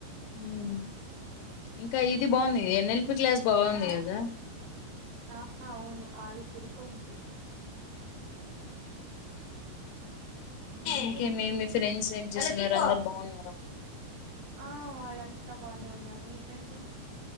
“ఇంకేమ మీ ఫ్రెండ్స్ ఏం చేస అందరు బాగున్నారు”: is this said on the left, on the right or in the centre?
Left